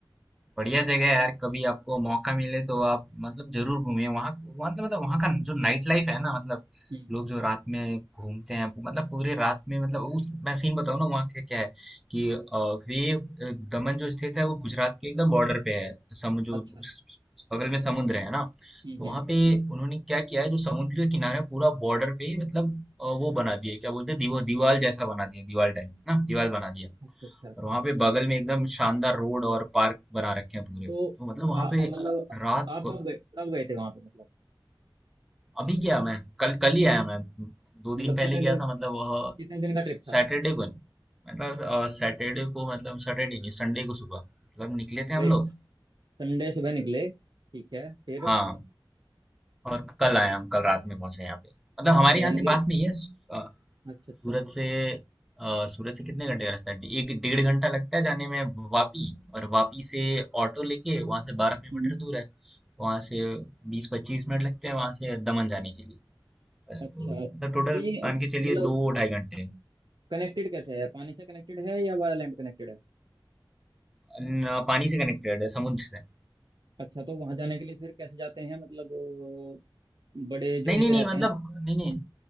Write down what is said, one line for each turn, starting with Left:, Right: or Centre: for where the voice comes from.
Centre: बढ़िया जगह है यार कभी आपको मौका मिले तो आप मतलब जरूर घूमिए वहाँ वहाँ तो मतलब वहाँ का जो नाइट लाइफ है ना मतलब
Right: हम्म
Centre: लोग जो रात में घूमते हैं मतलब पूरे रात में मतलब उस मैं सीन बताऊँ ना वहाँ का क्या है कि अ, वे अ, दमन जो स्थित है वो गुजरात के एकदम बॉर्डर पे है समुद्र जो
Right: अच्छा
Centre: उस- उस- बगल में समुद्र है ना
Right: हम्म
Centre: तो वहाँ
Right: हम्म
Centre: पे उन्होंने क्या किया है जो समुद्र के किनारे पूरा बॉर्डर पे ही मतलब अ, वो बना दिया है, क्या बोलते हैं दीवा दीवार जैसा बना दिया दीवार टाइप ना दीवार बना दिया
Right: अच्छा अच्छा अच्छा
Centre: और वहां पे बगल में एकदम शानदार रोड और पार्क बना रखे हैं पूरे
Right: तो
Centre: तो मतलब वहां
Right: आ, आ,
Centre: पे
Right: मतलब
Centre: रात
Right: आप
Centre: को
Right: कब गए कब गए थे वहाँ पे मतलब
Centre: अभी गया मैं कल कल ही आया मैं दो दिन
Right: मतलब
Centre: पहले
Right: कितने
Centre: गया
Right: दिन
Centre: था मतलब वह
Right: कितने दिन का ट्रिप था
Centre: सैटरडे को मतलब सैटरडे को मतलब सैटरडे नहीं संडे को सुबह मतलब निकले थे हम
Right: गए
Centre: लोग
Right: संडे सुबह निकले ठीक है फिर
Centre: हाँ और कल आए हम कल रात में पहुंचे यहाँ पे मतलब
Right: अच्छा
Centre: हमारे
Right: यानी
Centre: यहाँ से
Right: कि
Centre: पास में ही है सूरत
Right: अच्छा अच्छा
Centre: से अ, सूरत से कितने घंटे का रास्ता है एक डेढ़ घंटा लगता है जाने में वापी और वापी से ऑटो लेके वहां से बारह किलोमीटर
Right: हम्म
Centre: दूर है वहां से बीस पच्चीस मिनट लगते हैं वहां से दमन जाने के लिए बस
Right: अच्छा
Centre: तो मतलब
Right: तो
Centre: टोटल
Right: ये
Centre: मान के चलिए
Right: मतलब
Centre: दो ढाई घंटे
Right: कनेक्टेड कैसे है पानी से कनेक्टेड है या वाया लैंड कनेक्टेड है
Centre: न- पानी से कनेक्टेड है समुद्र से
Right: अच्छा तो वहां जाने के लिए फिर कैसे जाते हैं मतलब अ, बड़े जो
Centre: नहीं
Right: ये
Centre: नहीं नहीं
Right: रहते
Centre: मतलब
Right: हैं हम्म,
Centre: नहीं नहीं